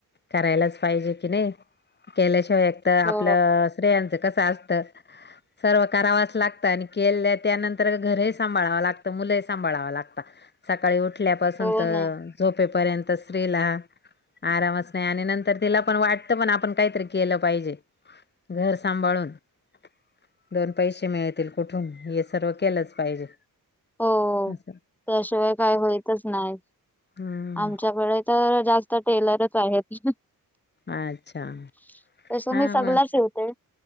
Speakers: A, on the left (about 30°); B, in the centre.
A: करायलाच पाहिजे की नाही. केल्याशिवाय तर आपलं
B: हो
A: स्त्रीयांच कसं असत, सर्व करावाच लागतं. आणि केले त त्यानंतर घर ही सांभाळावं लागतं, मुलंही सांभाळावं लागता. सकाळी उठल्यापासून
B: हो
A: तर
B: ना
A: झोपेपर्यंत स्त्रीला आरामच नाही. आणि नंतर तिला पण वाटतं, आपण काहीतरी केलं पाहिजे घर सांभाळून. <inaudible> दोन पैसे मिळतील कुठून? हे सर्व केलंच पाहिजे.
B: हो
A: असंय
B: त्याशिवाय काय होयतच नाही.
A: हम्म
B: आमच्याकडे तर जास्त तो टेलरच आहेत. ह
A: अच्छा
B: <inaudible> तस
A: हा
B: मी सगलाच
A: मग
B: शीवते.